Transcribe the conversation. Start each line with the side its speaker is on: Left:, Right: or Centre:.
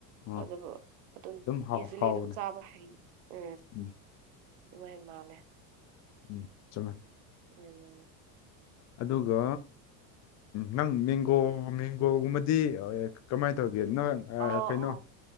Left: ꯑꯥ
Right: ꯑꯗꯨ ꯑꯗꯨꯝ
Left: ꯍꯥꯎ
Right: ꯏꯁꯤꯂꯤ
Left: ꯍꯥꯎꯕꯅꯦ
Right: ꯑꯗꯨꯝ ꯆꯥꯕ ꯍꯔꯤ ꯑ
Left: ꯎꯝ
Right: ꯥꯏ ꯃꯥꯅꯦ
Left: ꯎꯝ ꯆꯉ <inaudible> <unintelligible>
Right: ꯎꯝ <inaudible>
Left: ꯑꯗꯨꯒ ꯅꯪ ꯃꯦꯡꯒꯣ ꯃꯦꯡꯒꯣꯒꯨꯝꯕꯗꯤ ꯀꯃꯥꯏꯅ ꯇꯧꯒ ꯅꯪ
Right: ꯑꯣ
Left: ꯀꯩꯅꯣ
Right: ꯑꯣ